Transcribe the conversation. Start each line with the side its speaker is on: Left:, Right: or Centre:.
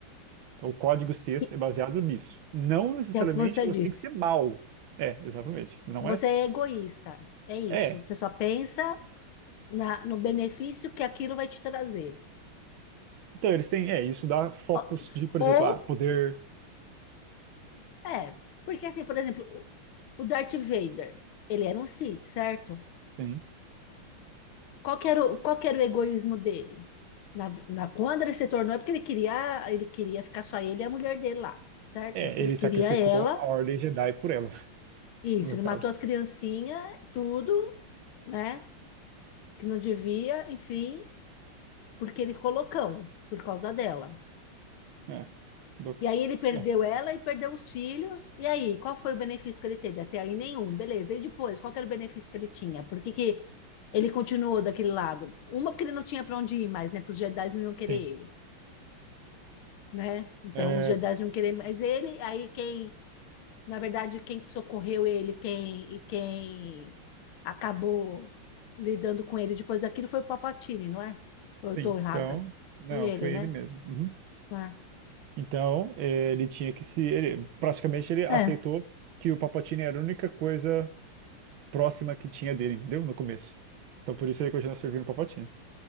Right: Então, o código Sith
Left: E-
Right: é baseado nisso. Não necessariamente
Left: É o que você
Right: você
Left: disse.
Right: tem que ser mal. É, exatamente. Não
Left: Você
Right: é?
Left: é egoísta, é isso.
Right: É.
Left: Você só pensa na- no benefício que aquilo vai te trazer.
Right: Então, eles têm. É, isso dá focos
Left: Ó,
Right: de, por
Left: Ou,
Right: exemplo, ah, poder.
Left: é, porque assim, por exemplo, o, o Darth Vader, ele era um Sith, certo?
Right: Sim.
Left: Qual que era o, qual que era o egoísmo dele? Na, na- quando ele se tornou, é porque ele queria, ele queria ficar só ele e a mulher dele lá, certo?
Right: É,
Left: Que
Right: ele
Left: ele queria
Right: sacrificou
Left: ela,
Right: a Ordem Jedi por ela, <laughs>
Left: isso,
Right: no
Left: ele
Right: caso.
Left: matou as criancinhas, tudo, né? Que não devia, enfim, porque ele ficou loucão por causa dela.
Right: É. Do-
Left: E aí ele perdeu
Right: é,
Left: ela e perdeu os filhos. E aí, qual foi o benefício que ele teve? Até aí nenhum, beleza. E depois, qual que era o benefício que ele tinha? Por que que ele continuou daquele lado? Uma, porque ele não tinha para onde ir mais, né? Porque os Jedi não iam querer
Right: sim.
Left: ele, né? Então
Right: É,
Left: os Jedi não iam querer mais ele. Aí quem, na verdade, quem que socorreu ele, quem e quem acabou lidando com ele depois daquilo foi o Papatini, não é? Ou eu
Right: sim.
Left: tô errada?
Right: Então, não,
Left: Foi ele,
Right: foi
Left: né?
Right: ele mesmo. Uhum.
Left: É.
Right: Então, é, ele tinha que se. Ele, praticamente, ele aceitou
Left: É,
Right: que o Palpatine era a única coisa próxima que tinha dele, entendeu? No começo. Então por isso ele continua servindo o Palpatine.